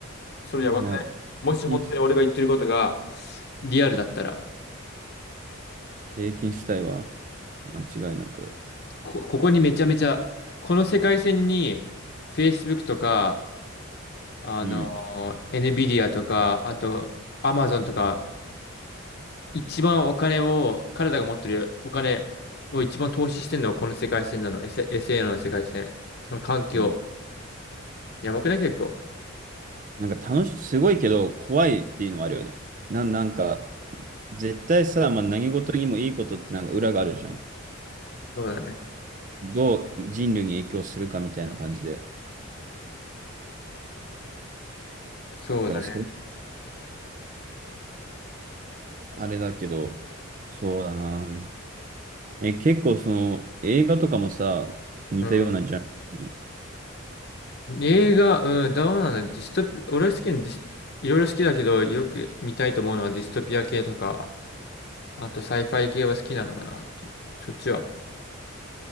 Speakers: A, on the left; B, on the right.
A: それやばくないもし本当に俺が言ってることが
B: いやー、経験したい。
A: リアルだったら。
B: 経験したいわ。間違いなく。
A: こ、ここにめちゃめちゃ、この世界線に Facebook とか、あの、
B: うん。
A: NVIDIA とか、あと Amazon とか、一番お金を、彼らが持ってるお金を一番投資してるのはこの世界線なの。S- SAO の世界線。その環境。
B: うん
A: やばくない結構。
B: なんか楽し、すごいけど、怖いっていうのはあるよね。なん、なんか、絶対さ、まあ、何事にもいいことってなんか裏があるじゃん。
A: そうだね。
B: どう人類に影響するかみたいな感じで。
A: そうだね。
B: だからそれ、あれだけど、そうだな。え、結構その映画とかもさ、似たようなジャンル。
A: うん。映画、うん、どうなんだ。ディストピ、俺は好きなディス、いろいろ好きだけど、よく見たいと思うのはディストピア系とか、あとサイファイ系は好きなのかなっていう。そっちは。